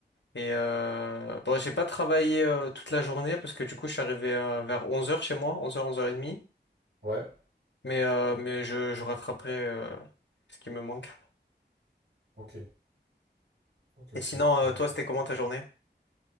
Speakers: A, on the left (about 75°); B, on the right (about 65°).
A: Et euh, bon, j'ai pas travaillé euh, toute la journée parce que du coup, je suis arrivé euh, vers onze heures chez moi, 11h, 11h30.
B: Ouais.
A: Mais, euh, mais je, je rattraperai euh, ce qui me manque.
B: Ok, ok,
A: Et
B: ok.
A: sinon, euh,
B: Ouais.
A: toi, c'était comment ta journée?